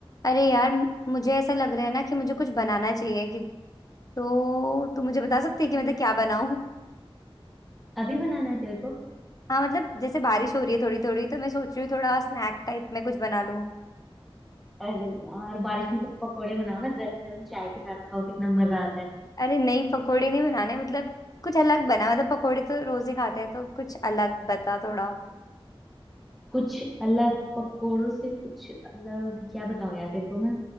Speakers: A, on the left; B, in the centre.
A: अरे यार म- मुझे ऐसा लग रहा है ना कि मुझे कुछ बनाना चाहिए कि तो तू मुझे बता सकती है कि मतलब क्या बनाऊं
B: अभी बनाना है तेरे को
A: हाँ मतलब जैसे बारिश हो रही है थोड़ी थोड़ी तो मैं सोच रही हूँ थोड़ा स्नैक टाइप में कुछ बना लूं
B: अरे यार बारिश में तो पकोड़े बनाओ ना गरम गरम चाय के साथ खाओ कितना मजा आता है
A: अरे नहीं पकोड़े नहीं बनाने मतलब कुछ अलग बना मतलब पकोड़े तो रोज ही खाते हैं तो कुछ अलग बता थोड़ा
B: कुछ अलग पकोड़ों से कुछ अलग क्या बताऊं यार तेरे को मैं